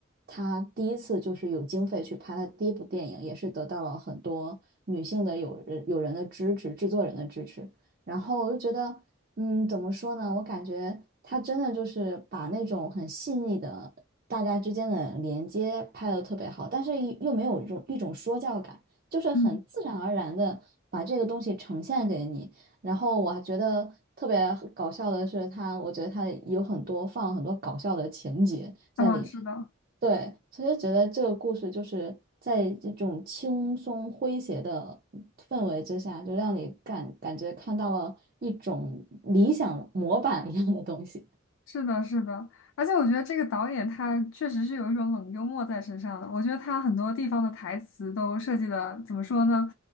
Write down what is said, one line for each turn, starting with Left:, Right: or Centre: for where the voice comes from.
Right: 他第一次就是有经费去拍他第一部电影，也是得到了很多女性的友人友人的支持，制作人的支持。然后我就觉得，嗯，怎么说呢？我感觉他真的就是把那种很细腻的大家之间的连接拍得特别好，但是又没有一种一种说教感，就是很自然而然的把这个东西呈现给你。
Left: 嗯，
Right: 然后我还觉得特别搞笑的是他我觉得他有很多放了很多搞笑的情节在里面。
Left: 啊，是的，
Right: 对，其实觉得这个故事就是在这种轻松诙谐的氛围之下，就让你感感觉看到了一种理想模板一样的东西。
Left: 是的，是的，而且我觉得这个导演他确实是有一种冷幽默在身上的。我觉得他很多地方的台词都设计的怎么说呢，